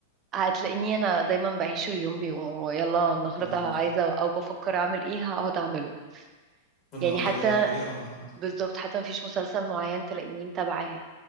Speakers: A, on the right; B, on the left.
A: هتلاقيني انا دايما بعيش اليوم بيومه يلا النهارده
B: امم
A: عايزه او بفكر اعمل ايه هقعد اعمله
B: النهارده
A: يعني حتى
B: جاية بإيه
A: بالظبط حتى مفيش مسلسل معين تلاقيني متابعاه